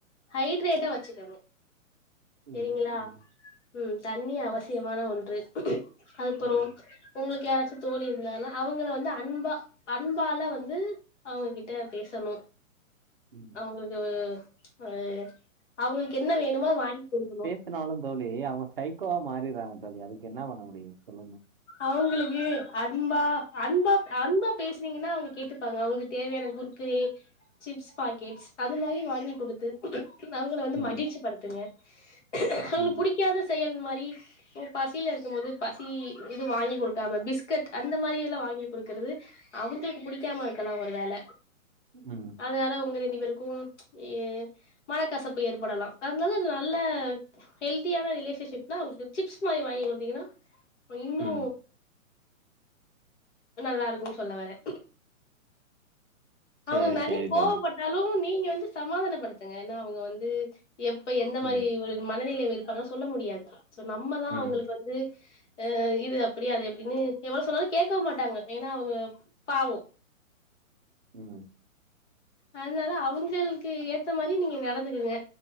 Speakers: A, on the left (about 55°); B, on the right (about 40°).
A: ஹைட்ரேட்டா வெச்சுக்கங்க.
B: ம்.
A: செரிங்களா
B: ம்.
A: ம் தண்ணி அவசியமான ஒன்று. அதுப்புறோ
B: ம்.
A: உங்குளுக்கு யாராச்சு தோழி இருந்தாங்கன்னா அவுங்கள வந்து அன்பா அன்பால வந்து அவுங்ககிட்ட பேசணு.
B: ம்.
A: அவுங்குளுக்குவு அ அவுங்குளுக்கு என்ன வேணுமோ அது வாங்கி குடுக்கணு.
B: த்துனாலு தோழி அவுங்க சைக்கோவா மாரிறாங்க தோழி அதுக்கு என்னா பண்ண முடியு சொல்
A: அவுங்குளுக்கு அன்பா அன்பாப் அன்பா பேசுனீங்கன்னா அவுங்க கேட்டுப்பாங்க அவுங்குளுகு தேவையான குர்குரே சிப்ஸ் பாக்கெட்ஸ் அது மாரி வாங்கி குடுத்து அவுங்கள வந்து
B: ம்
A: மகிழ்ச்சி படுத்துங்க அவுங்குளுக்
B: ம்
A: புடி க்காத செயல் மாரி ம் பசில இருக்கும் போது பசி இது வாங்கி குடுக்காம பிஸ்கட் அந்த மாரி எல்லா வாங்கி குடுக்கறது அவுங்குளுக்கு புடிக்காம இருக்கலா ஒரு வேல.
B: ம் ம்.
A: அதனால உங்க ரெண்டு பேருக்கும் எ மனக்கசப்பு ஏற்படலாம் அதனால நல்ல ஹெல்தியான ரிலேஷன்ஷிப்னா அவுங்குளுக்கு சிப்ஸ் மாரி வாங்கி குடுத்தீங்கன்னா உ இன்னு
B: ம்.
A: நல்லாருக்குன் சொல்ல வரே. அவுங்க
B: சேரி
A: நறைய
B: சேரி
A: கோவப்பட்டாலு
B: தோழி
A: நீங்க வந்து சமாதானப்படுத்துங்க ஏனா அவுங்க வந்து எப்ப எந்த மாரி
B: ம்
A: ஒரு மனநிலமை இருப்பாங்கன் சொல்ல முடியாது சோ நம்மதா
B: ம்
A: அவுங்குளுக்கு வந்து அ இது அப்டி அது எப்டினு எவ்ள சொன்னாலு கேக்கவு மாட்டாங்க ஏனா அவுங்க பாவோ.
B: ம்.
A: அதுனால அவுங்களுக்கு ஏத்த மாரி நீங்க நடந்துக்குங்க